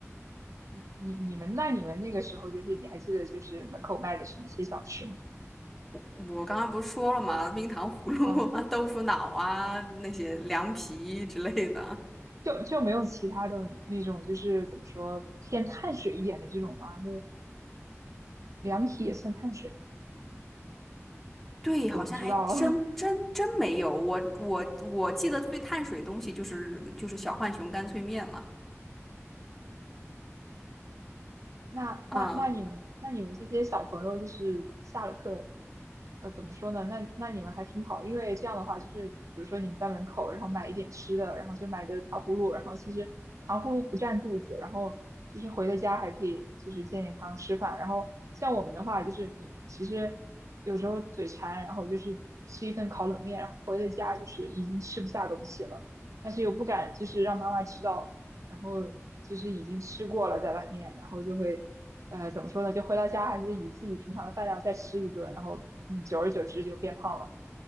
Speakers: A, on the right; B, in the centre.
A: 你你你们那你们那个时候就是你还记得就是门口卖的是哪些小吃吗？
B: 我刚刚不是说了嘛，冰糖葫芦啊、
A: 嗯，
B: 豆腐脑啊、那些凉皮之类的。
A: 就就没有其他的那种就是怎么说偏碳水一点的这种吗？就凉皮也算碳水吧？
B: 对，好像还真真真没有。
A: 我不知道。<laughs>
B: 我我我记得最碳水东西就是就是小浣熊干脆面了。
A: 那那那你们那你们这些小朋友就是下了课，
B: 啊，
A: 呃，怎么说呢？那那你们还挺好，因为这样的话就是，比如说你们在门口，然后买一点吃的，然后就买个糖葫芦，然后其实糖葫芦不占肚子，然后就是回了家还可以就是健健康康吃饭。然后像我们的话，就是你其实有时候嘴馋，然后就是吃一份烤冷面，然后回了家就是已经吃不下东西了，但是又不敢就是让妈妈知道。然后就是已经吃过了在外面，然后就会，呃，怎么说呢？就回到家还是以自己平常的饭量再吃一顿，然后嗯，久而久之就变胖了。